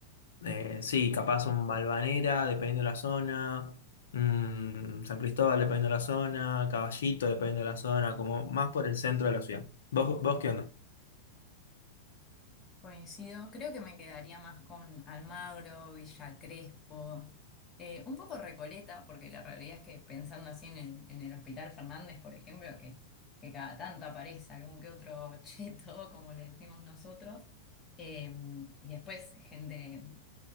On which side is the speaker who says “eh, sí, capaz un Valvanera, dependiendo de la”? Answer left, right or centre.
Left